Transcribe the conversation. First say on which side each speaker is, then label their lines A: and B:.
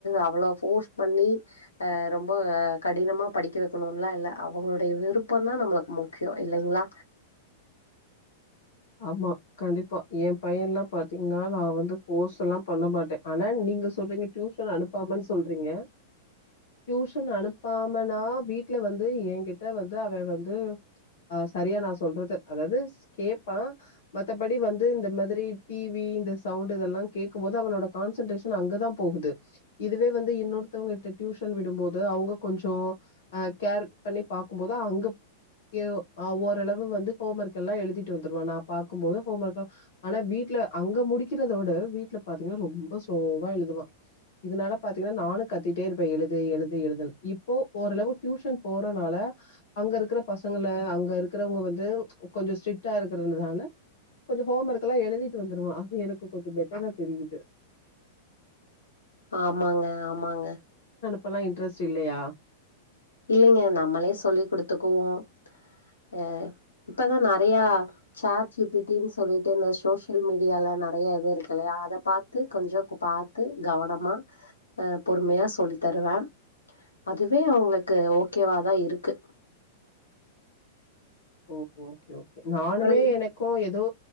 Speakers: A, on the left; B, on the left.
A: அவ்ளோ ஃபோர்ஸ் பண்ணி அ ரொம்ப கடினமா படிக்க வைக்கணுன்னுலா இல்ல, அவங்களுடைய விரு ப்பந்தா நம்பளுக்கு முக்கியோ இல்லைங்ளா
B: ஆமா கண்டிப்பா எ பையன்ல்லா பாத்தீங்னா நா வந்து ஃபோர்ஸ் எல்லா பண்ண மாட்டே, ஆனா நீங்க சொல்றீங்க டியூஷன் அனுப்பாமன்னு சொல்றீங்க டியூஷன் அனுப்பாமனா வீட்ல வந்து என்கிட்ட வந்து அவ வந்து சரியா நா சொல்றது அதாவது கேப் பா மத்தபடி வந்து இந்த மாதிரி டிவி இந்த சவுண்ட் இதெல்லா கேட்கும்போது அவனோட கான்சன்ட்டேஷன் அங்கதா போகுது இதுவே வந்து இன்னொருத்தவங்க கிட்ட டியூஷன் விடும்போது அவங்க கொஞ்சோ அ கேர் பண்ணி பாக்கும்போது அங்க எ ஓரளவு வந்து ஹோம் ஒர்க் எல்லா எழுதி ட்டு வந்துருவா நா பாக்கும்போது ஹோம் ஒர்க்லாம், ஆனா வீட்ல அங்க முடிக்கிறத விட வீட்ல பாத்தீங்கன்னா ரொம்ப ஸ்லோவா எழுதுவா இதனால பாத்துகின்னா நானு கத்திடே இருப்பே எழுது எழுது எழுதுன்னு இப்போ ஓரளவு டியூஷன் போறனால அங்க இருக்குற பசங்கள அங்க இருக்குறவங்க வந்து கொஞ்சோ ஸ்ட்ரி க்டா இருக்கறனால கொஞ்சோ ஹோம் ஒர்க் எல்லா எழுதிட்டு வந்துருவா அது எனக்கு கொஞ்சோ பெட்டரா தெரியுது
A: ஆமாங்க ஆமாங்க
B: பல்லா இன்ட்ரெஸ்ட் இல்லையா
A: இல்லைங்க நம்மளே சொல்லிக் குடுத்துக்குவோ அ இப்பதா நறைய சேட் ஜி பி டி ன்னு சொல்லிட்டு இந்த சோசியல் மீடியாலா நறைய இது இருக்கு இல்லையா அத பாத்து கொஞ்சோ பாத்து கவனமா அ பொறுமையா சொல்லி தருவே அதுவே அவங்களுக் கு ஓக்கேவாதா இருக்கு
B: ஓஹோ ஒகே ஒகே நானுமே
A: ஆனா
B: எனக்கு ஏதோ